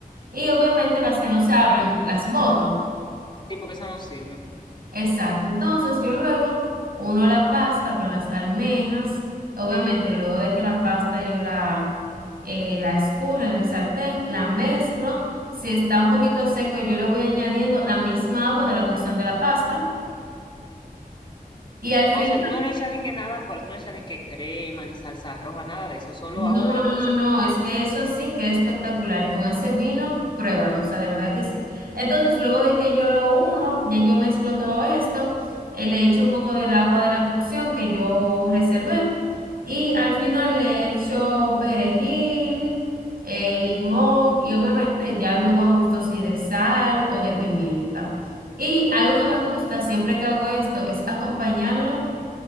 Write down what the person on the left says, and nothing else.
Sí, porque eso no sirve.
O sea, tú no le echas ni que nada fuerte, no le echas ni que crema, ni salsa roja, nada de eso, solo
agua de la
pasta.
No,
pero